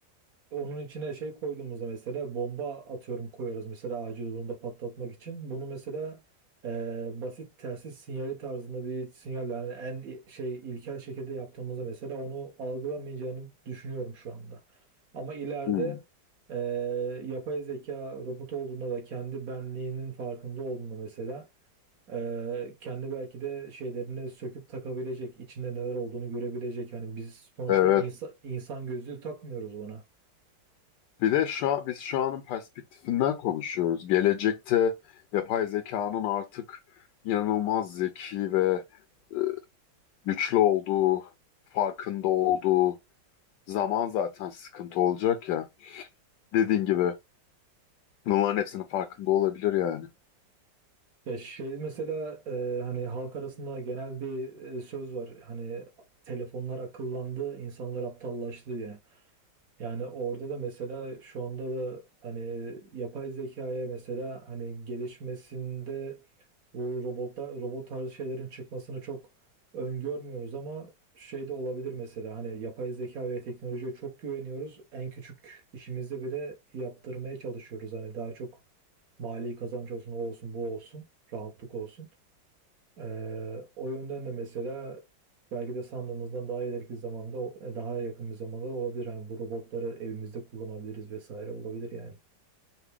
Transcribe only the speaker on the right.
onun içine şey koyduğumuzda mesela bomba atıyorum koyarız mesela acil durumda patlatmak için. Bunu mesela e, basit telsiz sinyali tarzında bir sinyal yani en i- şey ilkel şekilde yaptığımızda mesela onu algılamayacağını düşünüyorum şu anda. Ama ileride
e, yapay zeka robot olduğunda ve kendi benliğinin farkında olduğunda mesela ee, kendi belki de şeylerini söküp takabilecek, içinde neler olduğunu görebilecek. Yani biz sonuçta
insa- insan gözlüğü takmıyoruz ona.
Ya şey mesela e, hani halk arasında genel bir e, söz var. Hani telefonlar akıllandı, insanlar aptallaştı diye. Yani orada da mesela şu anda da hani yapay zekaya mesela hani gelişmesinde bu robotlar robot tarzı şeylerin çıkmasını çok öngörmüyoruz ama şey de olabilir mesela hani yapay zeka ve teknolojiye çok güveniyoruz. En küçük işimizi bile yaptırmaya çalışıyoruz. Hani daha çok mali kazanç olsun, o olsun, bu olsun, rahatlık olsun. Ee, o yönden de mesela belki de sandığımızdan daha ileriki zamanda, e, daha yakın bir zamanda olabilir. Hani bu robotları evimizde kullanabiliriz vesaire olabilir yani.